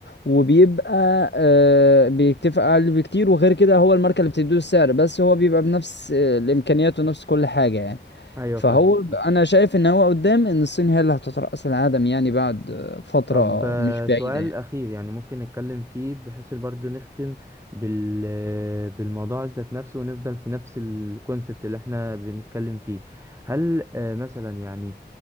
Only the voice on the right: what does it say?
ايوه
فاهمك فاهمك.
طب آه،
سؤال
أخير يعني ممكن نتكلم فيه بحيث برضه نختم بال آه، بالموضوع ذات نفسه ونفضل في نفس الكونسبت اللي احنا بنتكلم فيه هل آه، مثلا يعني